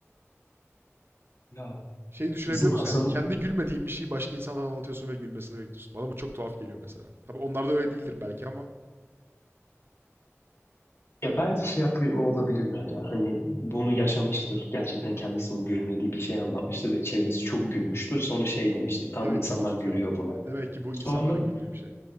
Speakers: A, on the left; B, on the right.
A: Ya
B: Şeyi düşünebiliyor
A: bizim
B: musun
A: Hasan
B: yani? Kendi gülmediğin bir şeyi başka insanlara anlatıyorsun ve gülmesini bekliyorsun. Bana bu çok tuhaf geliyor mesela. Tabii onlarda öyle değildir belki ama
A: Ya belki şey yapıyor olabilirler ya. Hani bunu yaşamıştır. Gerçekten kendisinin gülmediği bir şey anlatmıştır ve çevresi çok gülmüştür. Sonra şey demişti. Tam
B: demek
A: insanlar
B: ki bu tutuyor.
A: gülüyor buna.
B: E, Demek ki bu
A: Sonra
B: insanların güldüğü bir şey.